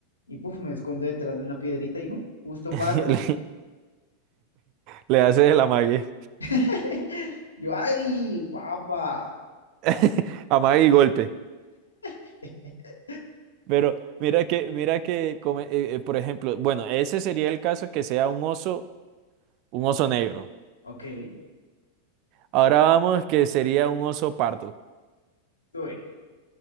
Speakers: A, on the left (about 75°); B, on the right (about 40°).
A: y puf, me escondo detrás de una piedrita y uh, justo
B: <laughs>
A: pasa y
B: Le, le hace el amague.
A: <laughs> yo, ay, guapa.
B: <laughs> Amague y golpe.
A: <laughs>
B: Pero mira que, mira que, come- eh, eh, por ejemplo, bueno, ese sería el caso que sea un oso, un oso negro.
A: Ok,
B: Ahora vamos que sería un oso pardo,
A: uy,